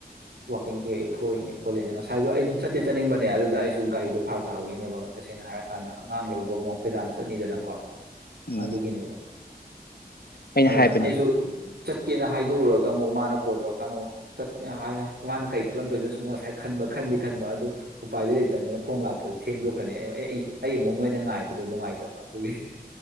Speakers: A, on the right; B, on the left.
A: ꯋꯥꯛꯀꯤꯡ ꯀꯩ ꯊꯣꯛꯏꯅꯦ ꯈꯣꯠꯂꯤꯅꯦ ꯉꯁꯥꯏꯗꯣ ꯑꯩꯗ ꯆꯠꯇꯦ ꯆꯠꯅꯤꯡꯕꯅꯦ ꯑꯗꯨꯗ ꯑꯩꯁꯨ ꯒꯥꯔꯤꯗꯣ ꯐꯔꯥꯛ ꯊꯥꯕꯏꯅꯦꯕ ꯇꯁꯦꯡꯅ ꯍꯥꯏꯔꯀꯥꯟꯗ ꯑꯉꯥꯡ ꯂꯧꯕ ꯑꯃꯨꯛ ꯑꯩꯈꯣꯏꯗꯥꯅ ꯆꯠꯅꯤꯗꯅꯀꯣ
B: ꯎꯝ
A: ꯑꯗꯨꯒꯤꯅꯦꯕ
B: ꯑꯩꯅ
A: ꯑꯗꯨ
B: ꯍꯥꯏꯕꯅꯦ
A: ꯑꯩꯁꯨ ꯆꯠꯀꯦꯅ ꯍꯥꯏꯗꯣꯛꯎꯔꯒ ꯑꯃꯨꯛ ꯃꯥꯅ ꯀꯣꯜ ꯇꯧꯔꯀꯥꯟꯗ ꯑꯃꯨꯛ ꯆꯠꯀ ꯍꯥꯏ ꯃꯥꯅ ꯀꯔꯤ ꯈꯜꯂꯝꯗꯣꯏꯅꯣꯁꯨ ꯑꯃꯨꯛ ꯉꯁꯥꯏ ꯈꯟꯕ ꯈꯟꯗꯤ ꯈꯟꯕ ꯑꯗꯨ ꯎꯄꯥꯏꯗꯤ ꯂꯩꯇꯕꯅꯤꯅ ꯈꯣꯡ ꯂꯥꯛꯄꯗ ꯊꯦꯡꯗꯣꯛꯈ꯭ꯔꯅꯤ ꯑꯩ ꯑꯩꯩ ꯑꯩ ꯑꯃꯨꯛ ꯅꯣꯏꯗ ꯉꯥꯏꯕꯗꯣ ꯅꯨꯡꯉꯥꯏꯇꯕ ꯑꯗꯨꯒꯤ